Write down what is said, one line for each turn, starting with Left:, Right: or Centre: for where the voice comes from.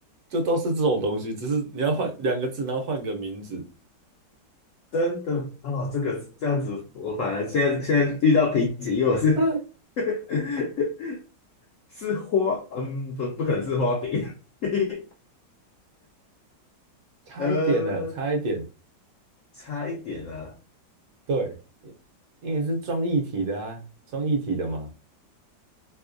Right: 就都是这种东西，只是你要换两个字，然后换个名字，
Left: 真的哦，这个这样子，我反而现在现在遇到瓶颈，因为我是
Right: 嗯，
Left: <laughs> 是花，嗯，不，不可能是花饼。<laughs>
Right: 差一点了，
Left: 呃，
Right: 差一点，
Left: 差一点啊，
Right: 对，因因为是装液体的啊，装液体的嘛。